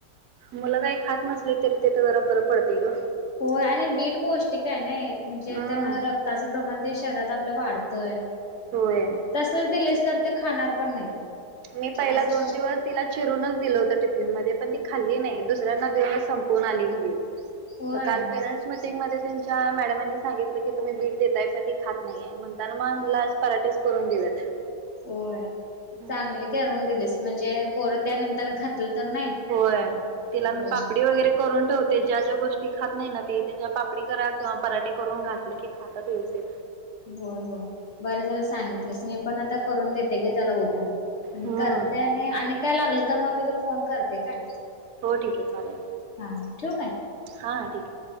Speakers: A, on the right; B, on the left.
A: मुला काही खात नसले तरी ते तर जरा बरं पडतेय ग
B: होय आणि बीट पौष्टिक आहे ना म्हणजे
A: हम्म
B: त्यांना रक्ताचं प्रमाण शहरात आपलं वाढतंय
A: होोय
B: तसच दिलेस तर ते खाणार पण नाहीत
A: मी पहिला
B: असं
A: दोन दिवस तिला चिरूनच दिलं होतं टिफिन मध्ये पण ती खाल्ली नाही दुसऱ्यांना देऊनच संपवून आली घरी
B: होय
A: मग काल पेरेंट्स मीटिंगमध्येध्ये त्यांच्या मॅडमांनी सांगितलं की तुम्ही बीट देताय पण ती खात नाहीे म्हणताना मगला आज पराठेस करून देऊयात
B: होय
A: हम्म
B: चांगली करून दिलीस म्हणजे पोरं त्या निमताने खातील तर नाही
A: होय तिला मी
B: हो.
A: पापडी वगैरे करून ठेवते ते ज्या ज्या गोष्टी खात नाही ना ती ते ज्या पापडी करा किंवा पराठे करून घातले की खातात व्यवस्ित
B: हो हो बरं झालं सांगितलंस मी पण आता करून देते घे त्याला उद्या आणि
A: हम्म.
B: करते आणि आणि काय लागलं तर मग मी तुला फोन करते काय
A: हो ठीक आहे चालेल
B: हा ठेवू काय
A: हा ठीक आहे